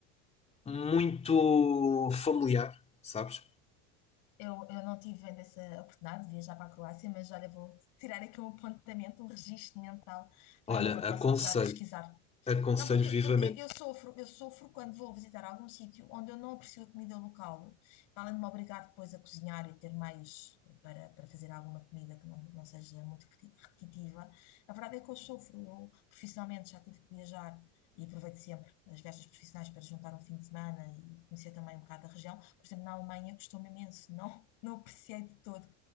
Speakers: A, on the left; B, on the left.
A: muito familiar, sabes?
B: Eu, eu não tive ainda essa oportunidade de viajar para a Croácia, mas olha, vou tirar aqui um apontamento, um registro mental para
A: Olha,
B: uma próxima
A: aconselho,
B: oportunidade de pesquisar.
A: aconselho
B: Não, porque,
A: vivamente.
B: porque eu sofro, eu sofro quando vou visitar algum sítio onde eu não aprecio a comida local, para além de me obrigar depois a cozinhar e ter meios para, para fazer alguma comida que não, não seja muito repeti- repetitiva. A verdade é que eu sofro, eu profissionalmente já tive que viajar e aproveito sempre as viagens profissionais para juntar um fim de semana e conhecer também um bocado a região. Por exemplo, na Alemanha custou-me imenso, não, não apreciei de todo